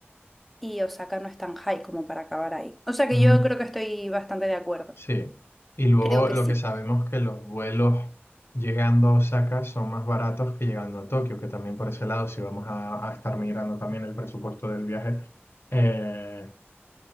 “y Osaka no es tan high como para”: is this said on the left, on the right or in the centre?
Centre